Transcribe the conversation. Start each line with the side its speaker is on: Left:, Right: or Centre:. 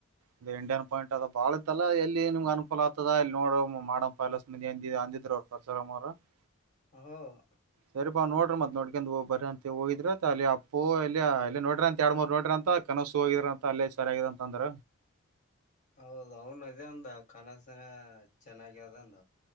Right: ಇದು ಇಂಡಿಯನ್ ಪಾಯಿಂಟ್ ಅದ ಬಾಳ ಇತ್ತಲ್ಲ ಅಲ್ಲ ಎಲ್ಲಿ ನಿಮ್ಗೆ ಅನುಕೂಲ ಆಗ್ತದ ಅಲ್ಲಿ ನೋಡ ಮಾಡಂದಿ ಅಂದಿದ್ರರು ಅವರು. <unintelligible>
Left: ಹ
Right: ಸರಿ ನೋಡ್ರಿ ಮತ್ ನೋಡ್ಕೊಂಡ ಹೋಗಿ ಬರಿ ಅಂತ ಹೋಗಿದ್ರ ಅಲ್ಲಿ ಅಪ್ಪು ಎಲ್ಲಿ ಎಲ್ಲೇ ನೋಡ್ರಿ ಅಂತ ಎರಡ್ ಮೂರ್ ನೋಡ್ರ ಅಂತ. ಕನಸು ಹೋಗಿದ್ರ ಅಂತ ಅಲ್ಲೇ ಸರಿಯಾಗಿದೆ ಅಂತಂದ್ರ.
Left: ಹೌದ ಅವ್ನ ಅದೇ ಅಂದ <unintelligible> ಚೆನ್ನಾಗ್ಯ ಅದಂದ.